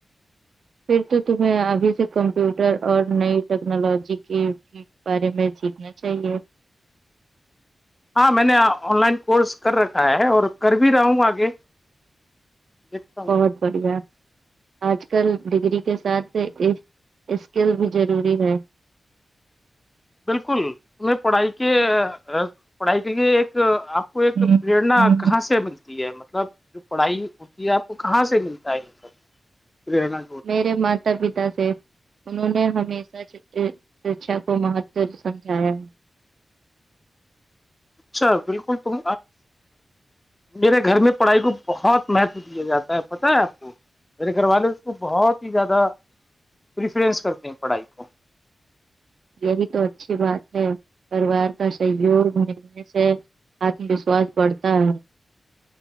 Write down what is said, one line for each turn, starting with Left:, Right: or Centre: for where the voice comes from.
Right: پھر تو تمہیں ابھی سے کمپیوٹر اور نئی ٹیکنالوجی کی بارے میں سیکھنا چاہیے
Left: ہاں میں نے آن لائن کورس کر رکھا ہے اور کر بھی رہا ہوں آگے دیکھتا ہوں
Right: بہت بڑھیا آج کل ڈگری کے ساتھ اسکل بھی ضروری ہے
Left: بالکل میں پڑھائی کے پڑھائی کے لیے ایک آپ کو ایک
Right: ہوں،
Left: پریرنا
Right: ہوں۔
Left: کہاں سے ملتی ہے مطلب جو پڑھائی ہوتی ہے آپ کو کہاں سے ملتا ہے یہ سب پنا
Right: میرے مت ماتا پتا سے انہوں نے ہمیشہ شکھا کو مہتو سمجھایا ہے
Left: اچھا بالکل تم میرے گھر میں پڑھائی کو بہت مہتو دیا جاتا ہے پت ہے آپ کو میرے گھر والے اس کو بہت ہی زیادہ پریفرینس کرتے ہیں پڑھائی کو
Right: یہی تو اچھی بات ہے پریوار کا سہیوگ ملنے سے آتم وشواس بڑھتا ہے